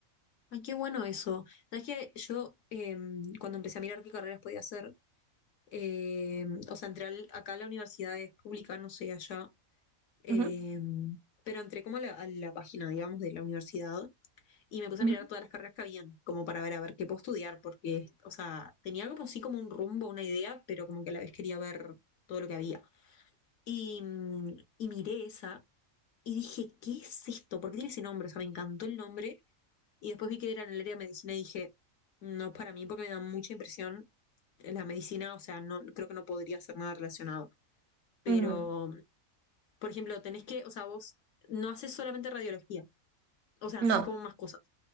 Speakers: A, on the left; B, on the right.
A: Ay, qué bueno eso. Sabes que yo em, cuando empecé a mirar qué carreras podía hacer, em, o sea, entré al- acá a la universidad es pública, no sé, allá, em,
B: Ujú,
A: pero entré como a la, a la página, digamos, de la universidad y me puse
B: ujú.
A: a mirar todas las carreras que habían, como para ver a ver qué puedo estudiar, porque, o sea, tenía como sí como un rumbo, una idea, pero como que a la vez quería ver todo lo que había. Y, mm, y miré esa y dije, ¿qué es esto? ¿Por qué tiene ese nombre? O sea, me encantó el nombre. Y después vi que era en el área de medicina y dije, no es para mí porque me da mucha impresión la medicina, o sea, no creo que no podría hacer nada relacionado. Pero,
B: Mm,
A: por ejemplo, tenés que, o sea, vos no haces solamente radiología, o sea,
B: No,
A: haces como más cosas.